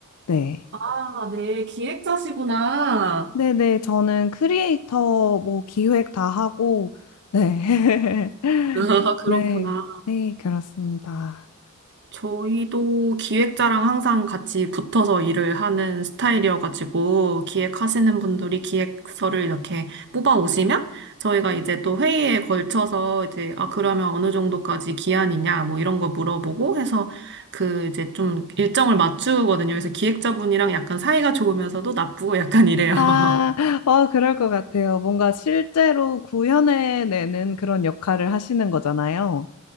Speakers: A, on the left; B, on the right.
A: 네.
B: 아, 네, 기획자시구나.
A: 네네, 저는 크리에이터 뭐 기획 다 하고, 네. <laughs>
B: 아, 그렇구나.
A: 네, 네, 그렇습니다.
B: 저희도 기획자랑 항상 같이 붙어서 일을 하는 스타일이어가지고, 기획하시는 분들이 기획서를 이렇게 뽑아 오시면, 저희가 이제 또 회의에 걸쳐서 이제, 아, 그러면 어느 정도까지 기한이냐, 뭐 이런 거 물어보고 해서, 그 이제 좀 일정을 맞추거든요. 그래서 기획자분이랑 약간 사이가 좋으면서도 나쁘고 약간 이래요. <laughs>
A: 아, 어, 그럴 것 같아요. 뭔가 실제로 구현해내는 그런 역할을 하시는 거잖아요.